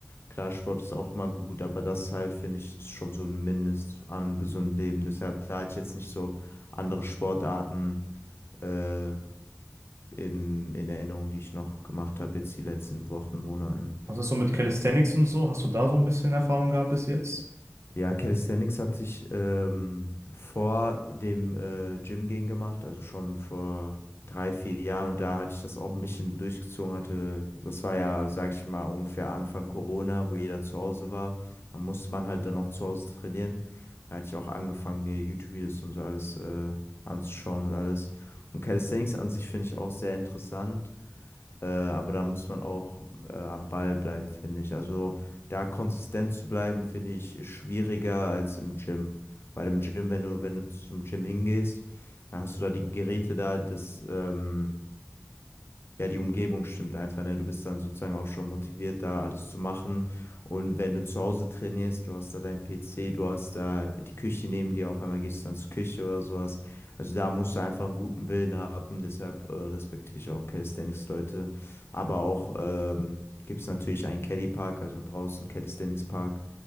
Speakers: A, on the left; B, on the right.
A: Klar, Sport ist auch immer gut, aber das halt, finde ich, ist schon so ein Mindest an gesundem Leben. Deshalb, da hatte ich jetzt nicht so andere Sportarten äh, in, in Erinnerung, die ich noch gemacht habe, jetzt die letzten Wochen, Monaten.
B: Was ist so mit Calisthenics
A: Ja.
B: und so? Hast du da so ein bisschen Erfahrung gehabt bis jetzt?
A: Ja, Calisthenics hatte ich ähm, vor dem äh, Gym gehen gemacht, also schon vor drei, vier Jahren und da hatte ich das auch ein bisschen durchgezogen, hatte, das war ja, sag ich mal, ungefähr Anfang Corona, wo jeder zu Hause war. Da musste man halt dann auch zu Hause trainieren. Da hatte ich auch angefangen, mir YouTube-Videos und so alles äh, anzuschauen und alles. Und Calisthenics an sich finde ich auch sehr interessant. Äh, aber da muss man auch äh, am Ball bleiben, finde ich. Also da konsistent zu bleiben, finde ich, ist schwieriger als im Gym. Weil im Gym, wenn du, wenn du zum Gym hingehst, dann hast du da die Geräte da, das, ähm, ja, die Umgebung stimmt einfach, ne? Du bist dann sozusagen auch schon motiviert, da alles zu machen. Und wenn du zu Hause trainierst, du hast da deinen PC, du hast da die Küche neben dir, auf einmal gehst du dann zur Küche oder sowas. Also da musst du einfach einen guten Willen haben. Deshalb äh, respektiere ich auch Calisthenics-Leute. Aber auch ähm, gibt es natürlich einen Kelly Park, also draußen Calisthenics Park